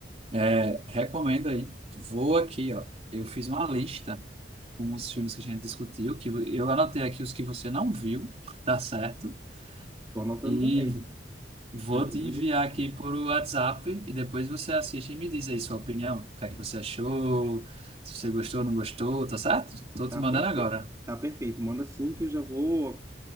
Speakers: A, on the right (about 35°); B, on the right (about 20°).
A: é, recomendo aí. Vou aqui, ó. Eu fiz uma lista com os filmes que a gente discutiu, que eu anotei aqui os que você não viu, tá certo?
B: tô anotando
A: E
B: também.
A: vou
B: Meu poder
A: te enviar aqui por WhatsApp e depois você assiste e me diz aí sua opinião. O que é que você achou, se você gostou, não gostou, tá certo? Tô te
B: tá
A: mandando
B: perfeito.
A: agora.
B: Tá perfeito. Manda assim que eu já vou,